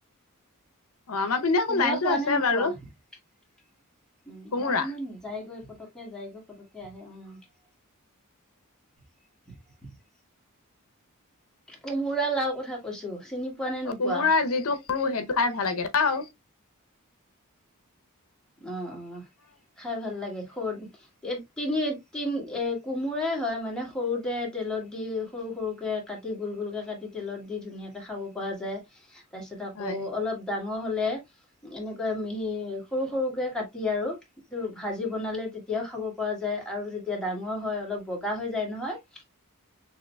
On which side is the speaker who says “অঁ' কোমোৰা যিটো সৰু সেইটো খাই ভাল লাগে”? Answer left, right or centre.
Left